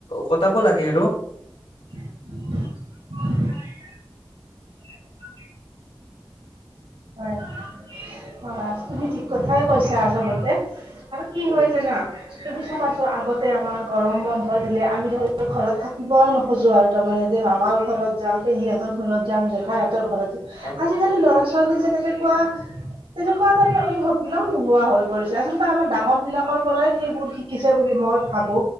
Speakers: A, on the left; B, on the right.
A: কটাব লাগে আৰু
B: <unintelligible> <inaudible> হয় হয় তুমি ঠিক কথাই
A: উম
B: কৈছা আচলতে আৰু কি
A: উম
B: হয় জানা তুমি চাবাছোন আগতে আমাৰ গৰম বন্ধ দিলে আমি ধৰি ঘৰত থাকিব ন খজো আৰু তাৰমানে এ যে আমাৰ ঘৰত যাম তে সিহঁতৰ ঘৰত যাম জেঠাইহঁতৰ ঘৰত <unintelligible> আজিকালি
A: হয়
B: ল'ৰা ছোৱালী যে তেনেকুৱা তেনেকুৱা এটা মানে অনুভৱ বিলাকও নোহোৱা হৈ পৰিছে আচলতে আমাৰ ডাঙৰ বিলাকৰ পৰাই সেইবোৰ শিকিছে বুলি মই ভাবো